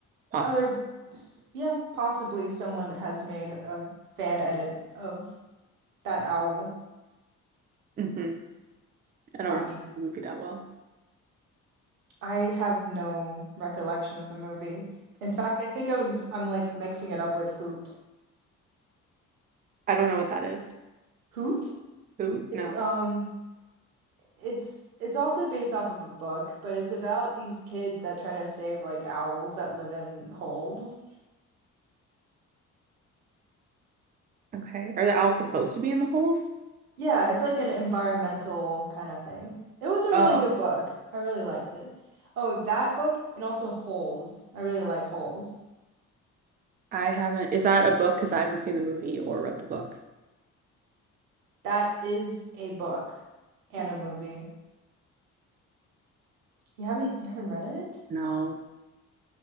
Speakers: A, on the right; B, on the right.
A: Possible.
B: Other, yeah, possibly someone has made a fan edit of that owl,
A: hmm I
B: not
A: don't remember
B: me.
A: the movie that well.
B: I have no recollection of the movie. In fact, I think I was I'm like mixing it up with Hoot.
A: I don't know what that is.
B: Hoot?
A: Who?
B: It's
A: No.
B: um it's it's also based off of a book, but it's about these kids that try to save like owls that live in holes.
A: Okay. Are they all supposed to be in the holes?
B: Yeah, it's like an environmental kind of thing. It was a
A: Oh,
B: really good book. I really liked it. Oh, that book and also Holes. I really like Holes.
A: I haven't. Is that a book? Because I haven't seen the movie or read the book.
B: That is a book and
A: I,
B: a movie. You haven't you haven't read it?
A: no.